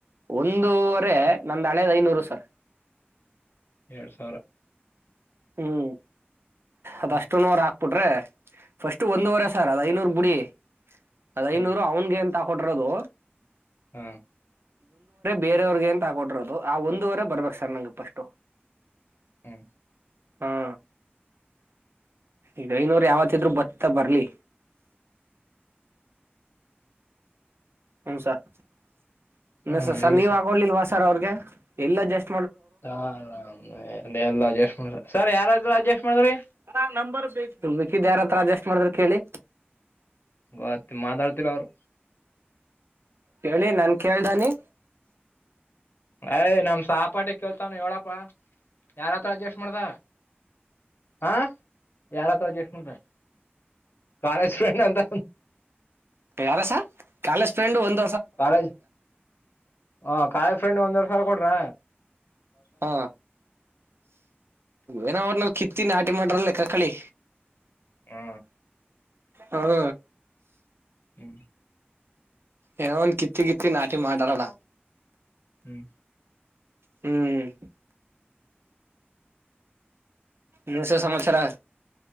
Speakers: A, on the right; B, on the left.
A: ಒಂದೂವರೆ ನಂದ ಹಾಳಿಯದ್ ಐನೂರು ಸರ್
B: ಎರಡ್ ಸಾವಿರ
A: ಹ್ಮ್ ಅದಷ್ಟು
B: ಹ್ಮ್
A: ನ ರಾ ಟ್ರೆ ಫಸ್ಟ್ ಒಂದೂುವರೆ ಸರ್ ಅದ ಐನೂರು ಬಿಡಿ ಅದ
B: ಹ್ಮ್
A: ಐನೂರು ಅವನ್ಿಗೆ ಕೊಟರೋದು
B: ಹಾ
A: ಬೇರೆಯವ್ರಿಗೆ ಎಂತ ಹಾಕಟಿರೋದು ಆ ಒಂದುವರೆ ಬರ್ಬೇಕಕ್ ಸರ್ ನಂ ಪಫಸ್
B: ಹ್ಮ್
A: ಹ್ಮ ಈಗನೂರು ಯಾವತ್ ಇದ್ರು ಬತ್ತ ಬರ್ಲಿ ಹ್ಮ ಸರ್ಸ
B: ಹಾ
A: ಸರ್
B: ಹೇಳಿ
A: ನೀವ್ ಆಗೋಡ್ಲಿಲ್ವಾ ಸರ್ ಅವ್ರಗೆ ಎಲ್ಲ ಜಾಸ್ತಿ
B: ಹ ಆಾಮ ಅ ಎಲ್ಲ ಅಡ್ಜಸ್ಟ್ ಮಾಡ್ರ ಸರ್ ಯಾರಾದ್ರರು ಅಡ್ಜಸ್ಟ್ ಮಾಡ್ರಿ
A: ಹ ನಂಬರ್ ಬೇಕ ಮಕ್ಕಿದ್ದ್ ಯಾರತ್ರ ಅಡ್ಜಸ್ಟ್ ಮಾಡಿದ್ರ ಕೇಳಿ
B: ಗತ್ತ ಮಾದಾಳ್ತಿ ಅವರು
A: ಹೇಳಿ ನನ್ ಕೇೇಳ್ದಾನಿ
B: ಯ್ ನಮ ಸಹಪಾಟಿ ಕೇಳ್ತಾನ ಹೇಳಡಪ್ಪ ಯಾರತ್ರ ಅಡ್ಜಸ್ಟ್ ಮಾಡ್ದ ಹಾ ಯಾರತ್ರ ಜಸ್ಕತ ಕಾಲೇಜ್ ಫ್ರೆಂಡ್ ಅಂತ
A: ಯಾರ ಸರ್, ಕಾಲೇಜ್ ಫ್ರೆಂಡು ಒಂದು
B: ಕಾಲೇಜ್ ಹ ಕಾಲೇಜ್ ಫ್ರೆಂಡ್ ಒಂದವರೆ ಸಲ ಕೊಡ್ರ
A: ಹಾ ಏನ ಅವರ್ನಲ್ ಕಿತ್ ಇತ್ತ ನಾಟಿ ಮಾಡ್ರಲ್ಲ ಕಕಳಿ
B: ಹ
A: ಹ್ಮ
B: ಹ್ಮ
A: ಏನೋ ಒಂದ ಕಿತ್ತಿ ಕಿತ್ತಿ ನಾಟಿ ಮಾಡಾರಲ್ಲ
B: ಹ್ಮ್
A: ಹ್ಮ್ ನೀಸ ಸಮಾಚಾರ